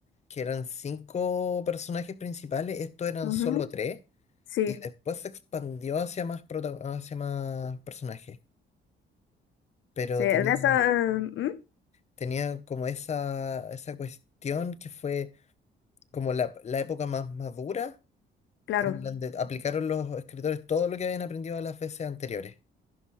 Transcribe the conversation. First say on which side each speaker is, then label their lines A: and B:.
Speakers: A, on the left; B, on the left.
A: que eran cinco personajes principales, estos eran
B: Ujú.
A: solo tres,
B: Sí,
A: y después se expandió hacia más, prota- hacia más personajes. Pero
B: sí, de
A: tenía,
B: esa, mm,
A: tenía como esa, esa cuestión que fue como la, la época más madura,
B: claro.
A: en donde aplicaron los escritores todo lo que habían aprendido las veces anteriores.